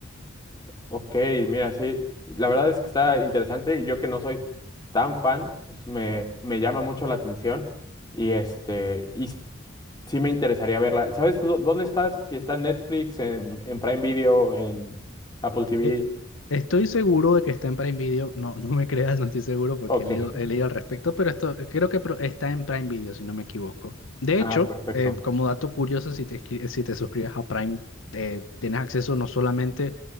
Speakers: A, on the left; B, on the left.
A: ok, mira, sí, la verdad es que está interesante y yo que no soy tan fan, pues, me, me llama mucho la atención y este, y s- sí me interesaría verla. ¿Sabes dó- dónde estás? Si está en Netflix, en, en Prime Video, en Apple TV.
B: Eh, Estoy seguro de que está en Prime Video. No, no me creas, no estoy seguro porque
A: Ok,
B: he leído,
A: <laughs>
B: he leído al respecto, pero esto creo que pro- está en Prime Video, si no me equivoco. De
A: ah,
B: hecho,
A: perfecto.
B: eh, como dato curioso, si te, escri- si te suscribes a Prime, eh, tienes acceso no solamente,